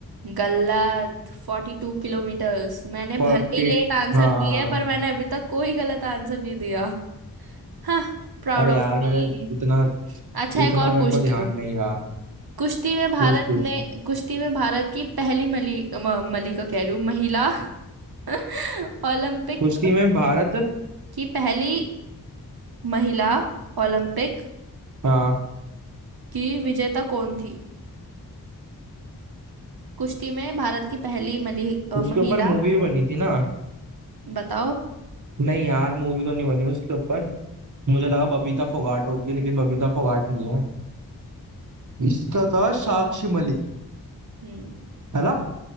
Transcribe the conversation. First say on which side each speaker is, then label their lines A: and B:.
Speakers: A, on the right; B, on the right.
A: गलत फोर्टी टू किलोमीटर्स मैंने
B: फोर्टी
A: भले ही लेट आंसर
B: हाँ
A: दिया है पर मैंने अभी तक कोई गलत आंसर नहीं दिया हाँ Proud
B: अरे
A: of
B: यार
A: me
B: मेरे इतना
A: अच्छा
B: इतना
A: एक और
B: मेरे
A: पूछती
B: को ध्यान
A: हूँ
B: नहीं रहा
A: कुश्ती में भारत
B: पूछ पूछ
A: में कुश्ती में भारत की पहली मली म- मलिका कह रही हूँ महिला <laughs> ओलंपिक
B: कुश्ती में भारत
A: की पहली महिला ओलंपिक
B: हाँ
A: की विजेता कौन थी कुश्ती में भारत की पहली मली, अ,
B: उसके
A: महिला
B: ऊपर मूवी भी बनी थी ना
A: बताओ
B: नहीं यार मूवी तो नहीं बनी उसके ऊपर मुझे लगा बबीता फोगाट होगी लेकिन बबीता फोगाट नहीं है इसका था साक्षी मलिक
A: हम्म
B: है ना